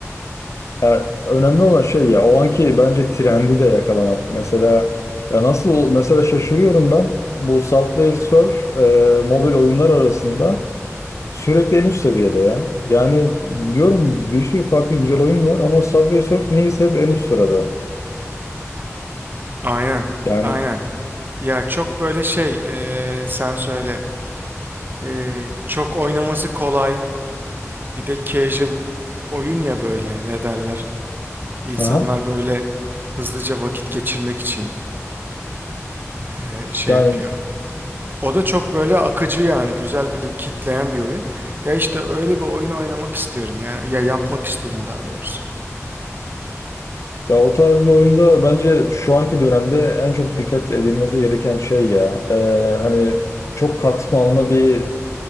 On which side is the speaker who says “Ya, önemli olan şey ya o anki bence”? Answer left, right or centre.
Left